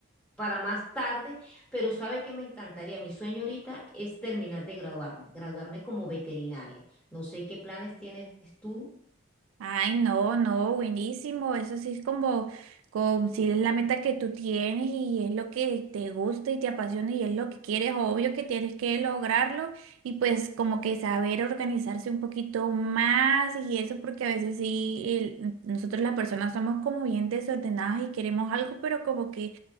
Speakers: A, in the centre; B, on the right.
A: para más tarde, pero sabe que me encantaría, mi sueño ahorita es terminar de graduarme, graduarme como veterinaria. No sé qué planes tienes tú.
B: Ay, no, no, buenísimo. Eso sí es como, como si es la meta que tú tienes y es lo que te gusta y te apasiona y es lo que quieres, obvio que tienes que lograrlo y pues como que saber organizarse un poquito más y eso porque a veces sí, el- nosotros las personas somos como bien desordenadas y queremos algo, pero como que